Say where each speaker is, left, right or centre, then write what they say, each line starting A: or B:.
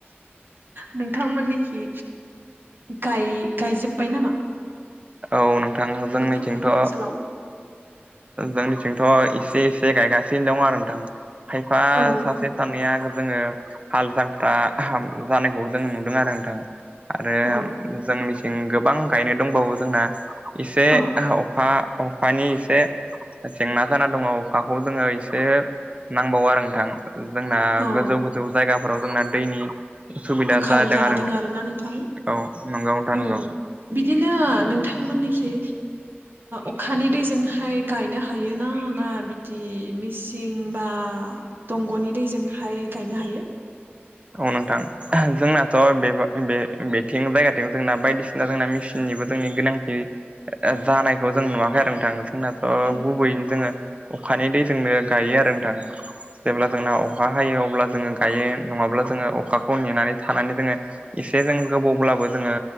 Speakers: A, on the right (about 55°); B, on the right (about 30°).
A: नोंथांमोननिखि गायजोब्बाय नामा।
B: औ नोंथां जोंनिथिंथ'।
A: नोंथांमोननि ओनसोलाव
B: जोंनिथिंथ' एसे एसे गायगासिनो दं आरो नोंथां। खायफा
A: औ
B: सासे सानैया जोङो। हाल जांख्रा जानायखौ जोङो नुदों आरो नोंथां। आरो
A: औ
B: जों मिथिं गोबां गायनो दंबावो जोंना एसे
A: औ
B: अखा। अखानि इसे। जेंना जाना दङ अखाखौ जोङो एसे नांबावो आरो नोंथां। जोंना
A: औ
B: गोजौ गोजौ जायगाफोराव जोंना दैनि। उसुबिदा
A: आंखाल
B: जादों
A: जाना
B: आरो
A: दङ आरोना नोंथां
B: औ नंगौ नोंथां
A: औ।
B: नंगौ।
A: बिदिनो नोंथांमोननिखि। अखानि दैजोंहाय गायनो हायोना ना बिदि मेसिन बा दंग'नि दैजोंहाय गायनो हायो।
B: औ नोंथां। जोंनाथ' बे बेथिं जायगाथिं जोंना बायदिसिना जोंना मेसिननिबो जोंनि गोनांथि। जानायखौ जों नुवाखै आरो नोंथां। जोंनाथ'
A: औ
B: गुबैयैनो जोङो अखानि दैजोंनो गायो आरो नोंथां जेब्ला जोंना। अखा हायो अब्ला जोङो गायो नङाब्ला जोङो अखाखौ नेनानै थानानै जोङो। एसे जों गोबावब्लाबो जोङो